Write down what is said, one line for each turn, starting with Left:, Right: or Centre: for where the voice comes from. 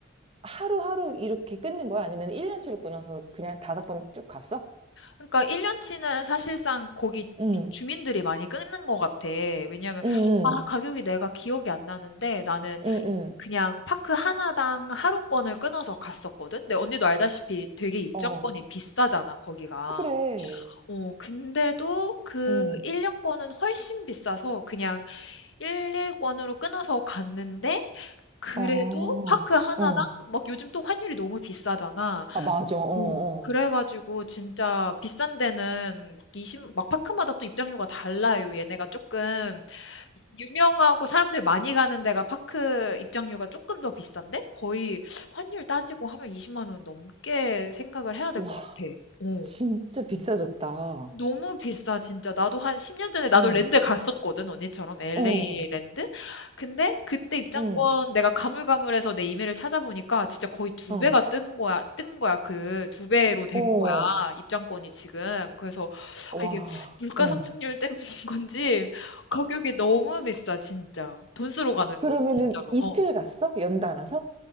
Right: 하루하루 이렇게 끊는 거야? 아니면 1년치로 끊어서 그냥 다섯 번 쭉 갔어?
Left: 그러니까 1년치는 사실상 거기
Right: 응,
Left: 주- 주민들이 많이 끊는 것 같아. 왜냐하면,
Right: 응, 응,
Left: 아, 가격이 내가 기억이 안 나는데, 나는
Right: 응,
Left: 그냥 파크 하나당 하루권을 끊어서 갔었거든? 근데 언니도 알다시피 되게 입장권이
Right: 응. 어,
Left: 비싸잖아, 거기가.
Right: 그래.
Left: 어, 근데도 그
Right: 응,
Left: 1년권은 훨씬 비싸서 그냥 1일권으로 끊어서 갔는데, 그래도
Right: 어,
Left: 파크 하나당
Right: 어.
Left: 막 요즘 또 환율이 너무 비싸잖아.
Right: 아, 맞아. 어, 어.
Left: 음. 그래가지고 진짜 비싼 데는 막 이십, 막 파크마다 또 입장료가 달라요. 얘네가 조금 유명하고 사람들 많이 가는 데가 파크 입장료가 조금 더 비싼데? 거의 환율 따지고 하면 20만 원 넘게 생각을 해야 될
Right: 와,
Left: 것 같아. 어.
Right: 진짜 비싸졌다.
Left: 너무 비싸, 진짜. 나도 한 10년 전에 나도
Right: 응,
Left: 랜드 갔었거든, 언니처럼. LA
Right: 어,
Left: 랜드? 근데 그때 입장권
Right: 응,
Left: 내가 가물가물해서 내 이메일을 찾아보니까 진짜 거의 두
Right: 어.
Left: 배가 뜬 거야, 뜬 거야. 그 두 배로 된
Right: 어.
Left: 거야, 입장권이 지금. 그래서,
Right: 와,
Left: 아, 이게 물가
Right: 어.
Left: 상승률 때문인 <laughs> 건지 가격이 너무 비싸, 진짜. 돈 쓰러 가는
Right: 그러면은
Left: 곳, 진짜로.
Right: 이틀
Left: 어.
Right: 갔어? 연달아서?